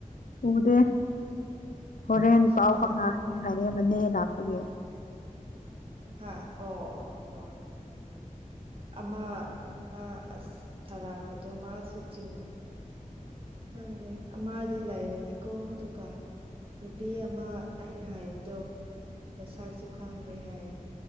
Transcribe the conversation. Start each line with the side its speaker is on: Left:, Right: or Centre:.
Left: ꯎꯗꯦ ꯍꯣꯔꯦꯟ
Right: ꯑꯁ
Left: ꯄꯥꯎ
Right: ꯃꯥ
Left: ꯍꯥꯎꯅꯔꯁꯦ ꯍꯥꯏꯔꯦꯕꯅꯦ ꯂꯥꯛꯄꯒꯤ
Right: ꯍꯥꯥ ꯑꯣ ꯑꯣ ꯍ ꯑꯃ ꯃꯥ ꯑꯁ ꯊꯥꯔꯥꯛꯄꯗꯣ ꯃꯥꯁꯨ ꯆꯤꯡꯉꯩ ꯈꯪꯅꯦ ꯑꯃꯗꯤ ꯂꯥꯏꯕꯅꯤꯀꯣ ꯑꯗꯨꯒ ꯅꯨꯄꯤ ꯑꯃ ꯑꯩꯅ ꯍꯥꯏꯕꯗꯣ ꯃꯁꯥꯁꯨ ꯈꯥꯡꯉꯦ ꯍꯥꯏ